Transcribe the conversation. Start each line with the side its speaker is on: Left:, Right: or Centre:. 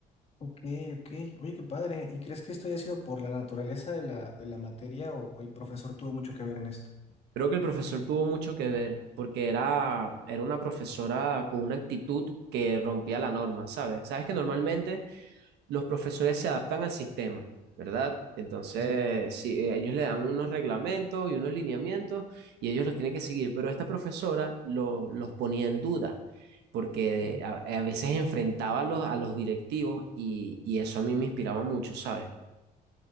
Left: Ok, ok. Oye, qué padre. ¿Y crees que esto haya sido por la naturaleza de la, de la materia o, o el profesor tuvo mucho que ver en esto?
Right: Creo que el profesor tuvo mucho que ver, porque era, era una profesora con una actitud que rompía la norma, ¿sabes? Sabes que normalmente los profesores se adaptan al sistema, ¿verdad? Entonces,
Left: Así.
Right: sí, eh, ellos le dan unos reglamentos y unos lineamientos y ellos los tienen que seguir, pero esta profesora lo- los ponía en duda porque
Left: es.
Right: a, a veces enfrentaba a los, a los directivos y, y eso a mí me inspiraba mucho, ¿sabes?